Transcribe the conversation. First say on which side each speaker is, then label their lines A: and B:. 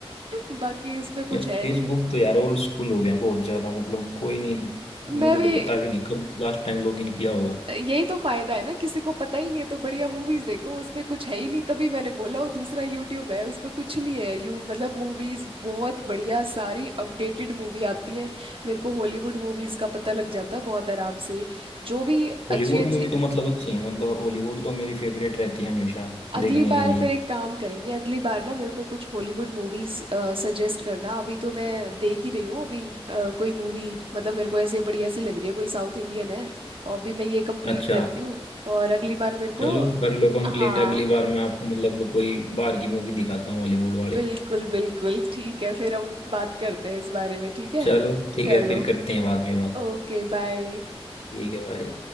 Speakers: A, on the right; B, on the left.
A: <laughs> बाकी उस पे कुछ
B: यार फेसबुक
A: है नहीं
B: तो यार ओल्ड स्कूल हो गया बहुत ज्यादा मतलब कोई नहीं
A: मैं
B: मुझे
A: भी
B: तो पता भी नहीं कब लास्ट टाइम लॉग इन किया होगा
A: यही तो फायदा है ना किसी को पता ही नहीं है तो बढ़िया मूवीज देखो उस पे कुछ है ही नहीं तभी मैंने बोला और दूसरा यूट्यूब है उस पे कुछ नहीं है यू मतलब मूवीज बहुत बढ़िया सारी अपडेटेड मूवी आती है मेरे को हॉलीवुड मूवीज का पता लग जाता है बहुत आराम से जो भी अच्छी
B: हॉलीवुड
A: अच्छी
B: मूवी तो मतलब अच्छी है मतलब हॉलीवुड तो मेरी फेवरेट रहती है हमेशा
A: अगली
B: देखने
A: बार
B: के लिए
A: फिर एक काम करेंगे अगली बार ना मेरे को कुछ हॉलीवुड मूवीज सजेस्ट करना अभी तो मैं देख ही रही हूँ अभी अ, कोई मूवी मतलब मेरे को ऐसे बढ़िया सी लग रही है कोई साउथ इंडियन है अभी मैं ये कंप्लीट
B: अच्छा
A: करती हूँ और अगली बार मेरे
B: चलो
A: को
B: कर लो कंप्लीट
A: हाँ
B: अगली बार मैं आपको मतलब कोई बाहर की मूवी दिखाता हूँ हॉलीवुड वाली
A: बिल्कुल बिल्कुल ठीक है फिर हम बात करते हैं इस बारे में ठीक है
B: चलो ठीक
A: चलो
B: है फिर करते हैं बाद में बात
A: ओके बाय
B: ठीक है भाई